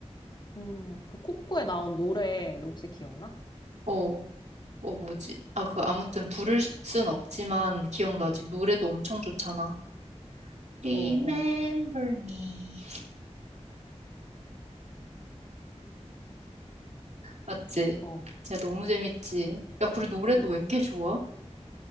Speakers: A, on the left (about 40°); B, on the right (about 80°).
A: 음, 그 코코에 나온 노래 너 혹시 기억나?
B: 어, 어, 뭐지? 아, 그, 아무튼 부를 수- 순 없지만 기억나지? 노래도 엄청 좋잖아. Remember
A: 어, 어,
B: me. 맞지?
A: 어.
B: 야, 너무 재밌지? 야, 그리고 노래도
A: 음.
B: 왜 이렇게 좋아?